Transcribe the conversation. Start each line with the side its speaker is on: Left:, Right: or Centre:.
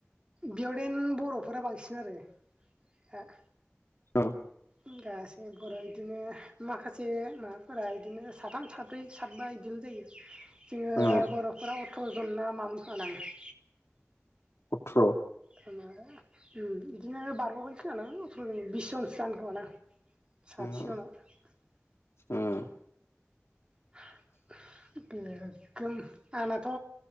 Right: बेयावदेन बर'फोरा बांसिन आरो हा
Left: औ।
Right: उम गासै बर' इदिनो माखासे माबाफोरा इदिनो साथाम साब्रै साबबा इदि जोंङो
Left: उम
Right: बर'फोरा अथ्र' जन ना मामोन खोमादां?
Left: उथ्र'
Right: <unintelligible> उम इदिनो बारबावगोन खोमा दां अथ्र'जन बिस जनसो जागोन खोमा दां।
Left: उम
Right: साथि जनाव
Left: उम
Right: <unintelligible> गो आंनाथ'